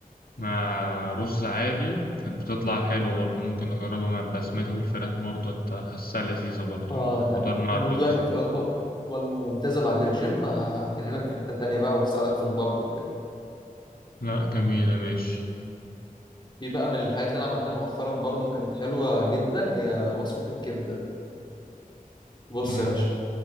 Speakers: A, on the left (about 80°); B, on the left (about 30°).
A: مع رز عادي كانت بتطلع حلوة برضو ممكن أجربها مع البسمتي والفراخ برضو أت- حاسها لذيذة برضو
B: اه
A: الخضار
B: ده
A: مع
B: بوجبك
A: الرز
B: هتبقى وجبة وجبة ممتازة بعد الجيم ه- هتنقلك في حتة تانية بقى وتساعدك في البلك وكده
A: لا جميلة ماشي
B: في بقى من الحاجات اللي أنا عملتها مؤخرا برضو كانت حلوة جدا هي وصفة الكبدة بص
A: مم.
B: يا باشا